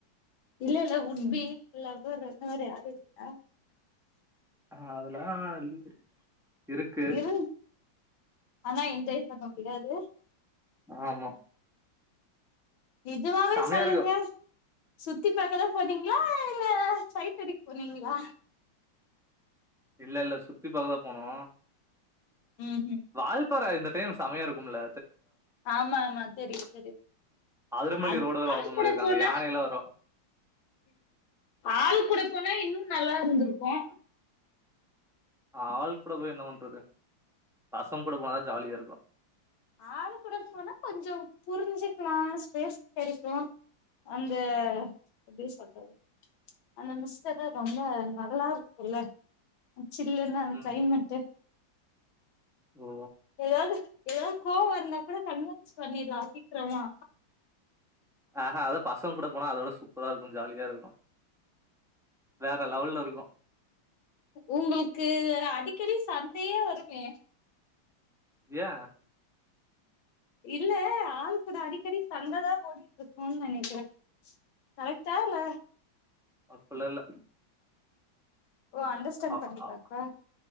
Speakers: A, on the left (about 85°); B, in the centre.
A: இல்லெல்ல உட்பி இல்லனா லவ்வர் யாரு இருக்கா
B: ஆ அதலா லீவு இருக்கு
A: இரு ஆனா என்ஜாய் பண்ண முடியாது
B: ஆமா
A: நெஜமாவே
B: செமையா
A: சொல்லுங்க
B: இருக்கும்
A: சுத்திப்பாக்கதா போனிங்ளா இல்ல சைட்டடிக் போனிங்ளா
B: இல்லெல்ல சுத்தி பாக்கதா போனோ
A: ம்ஹும்
B: வால் பாற இந்த டைம் சமையா இருக்குமுல்ல.
A: ஆமா ஆமா தெரியு தெரியு
B: அதிரம்பள்ளி
A: அது
B: ரோடு வேற
A: ஆள்
B: ஓபன் பண்ணிருக்காங்க
A: கூட போன
B: யானையெல்லாம் வரும்
A: ஆள் கூட போன இன்னு நல்லாருந்துருக்கு
B: ஆள் கூட போய் என்ன பண்றது பசங்கூட போனாதா ஜாலியா இருக்கு
A: ஆள்கூட போனா கொஞ்சொ புருஞ்சுக்லா ஸ்பேஸ் கெடைக்கு அந்த எப்டி சொல்றது அந்த மிஸ்ட் வேற ரொம்ப நல்லாருக்குல்ல. சில்லுனு அந்த
B: ம்
A: க்ளைமட்டு
B: ஓ
A: எதாது எதா கோவொ இருந்தா கூட கன்வின்ஸ் பண்ணிட்லா சீக்கிரமா
B: ஆஹ அது பாஸ் தவங் கூட போனா அதோட சூப்பரா இருக்கும் ஜாலியா இருக்கும் வேற லெவல்ல இருக்கும்.
A: உங்களுக்கு அடிக்கடி சண்டையே வருமே.
B: ஏன்
A: இல்ல ஆள் கூட அடிக்கடி சண்டதா ஓடிட்டு இருக்கும்னு நெனக்கறன் கரெட்டா இல்ல.
B: அப்பல்லா இல்ல.
A: ஓ அண்டர்ஸ்டேண்ட்
B: அ
A: பண்ணிப்பாங்களா.
B: அ